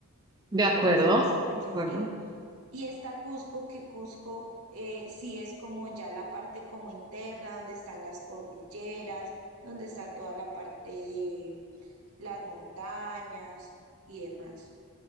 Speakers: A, on the right; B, on the right.
A: De acuerdo,
B: entonces hace mucho
A: de acuerdo.
B: frío. Y está Cusco, que Cusco eh, sí es como ya la parte como interna, donde están las cordilleras, donde está toda la parte de las montañas y demás.